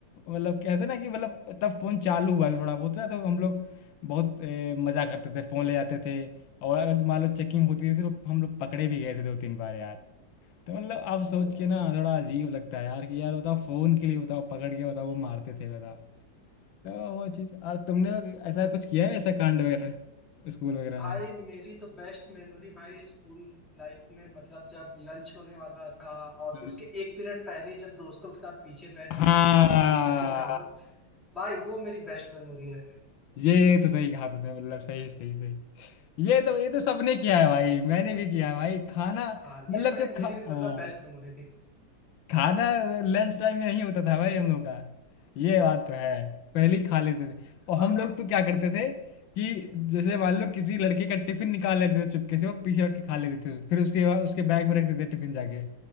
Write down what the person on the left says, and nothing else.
मतलब कहते ना कि मतलब तब फोन चालू हुआ था थोड़ा बहुत ना तो हम लोग बहुत ए, मजा करते थे फोन ले जाते थे और अगर मान लो चेकिंग होती थी तो हम लोग पकड़े भी गए थे दो तीन बार यार तो मतलब अब
सोच के ना थोड़ा अजीब लगता है यार कि यार बताओ फोन के लिए बताओ पकड़ के बताओ वो मारते थे बताओ तो वो चीज और तुमने ऐसा कुछ किया है ऐसा कांड वगैरह स्कूल वगैरह
में
हम्म।
हाँ
ये तो सही कहा तुमने मतलब सही सही सही ये तो ये तो सबने किया है भाई मैंने भी किया है भाई खाना
मतलब
जो
खा
हाँ
खाना लंच टाइम में नहीं होता था भाई हम लोग का ये बात तो है पहले ही खा लेते थे और
हम लोग तो क्या करते थे कि जैसे मान लो किसी लड़के का टिफिन निकाल लेते थे चुपके से वो पीछे हट के खा लेते थे फिर उसके बाद उसके बैग में रख देते थे टिफिन जाके